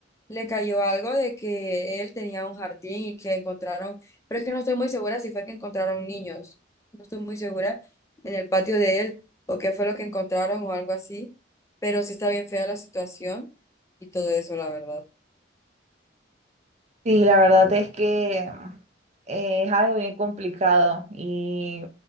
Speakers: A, on the left; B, on the right.
A: le cayó algo de que él tenía un jardín y que encontraron, pero es que no estoy muy segura si fue que encontraron niños, no estoy muy segura en el patio de él o qué fue lo que encontraron o algo así, pero sí está bien fea la situación y todo eso, la verdad.
B: Sí, la verdad es que eh, es algo bien complicado y